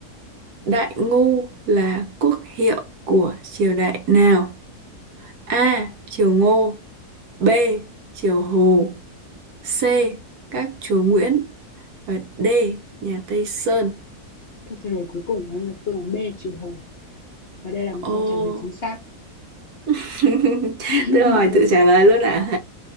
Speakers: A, on the right (about 75°); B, on the left (about 45°).
A: Đại Ngô là quốc hiệu của triều đại nào? A. Triều Ngô B. Triều Hồ C. Các chúa Nguyễn và D. Nhà Tây Sơn
B: Câu trả lời cuối cùng của em là phương án B trừ Hồ Và đây là một
A: Ô
B: câu trả lời chính xác.
A: <laughs>
B: <laughs>
A: Tự hỏi tự trả lời luôn à